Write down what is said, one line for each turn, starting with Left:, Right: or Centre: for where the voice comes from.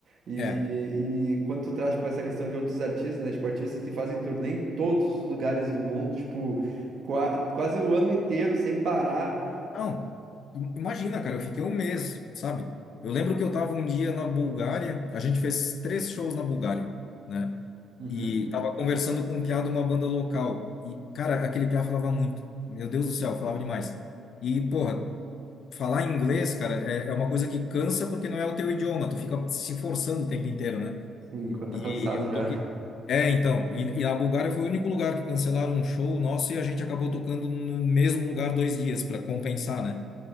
Right: E,
Left: É.
Right: e quando tu traz, tipo, essa questão de outros artistas, né? Tipo, artistas que fazem turnê em todos os lugares do mundo, tipo, qua- quase o ano inteiro sem parar.
Left: Não, im- imagina, cara, eu fiquei um mês, sabe? Eu lembro que eu tava um dia na Bulgária, a gente fez três shows na Bulgária, né?
Right: Uhum.
Left: E tava conversando com um piá de uma banda local. E, cara, aquele piá falava muito. Meu Deus do céu, falava demais. E, porra, falar inglês, cara, é, é uma coisa que cansa porque não é o teu idioma. Tu fica se forçando o tempo inteiro, né?
Right: Sim, quando
Left: E
Right: tá cansado
Left: eu
Right: já.
Left: toquei. É, então. E, e a Bulgária foi o único lugar que cancelaram um show nosso e a gente acabou tocando no mesmo lugar dois dias para compensar, né?